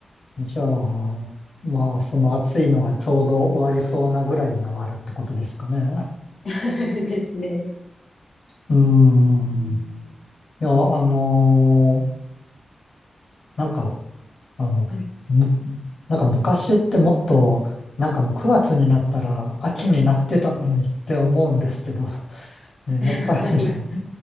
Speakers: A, on the left; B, on the left.
A: んじゃあ、まあ、その暑いのがちょうど終わりそうなぐらいに終わるってことですかね。
B: <laughs> ですね。
A: うん、
B: うーん。
A: いや、あのーなんか、あの、
B: はい。
A: む、なんか昔ってもっと、なんかもう9月になったら秋になってたのにって思うんですけど、ね、
B: <laughs>
A: やっぱりね
B: はい。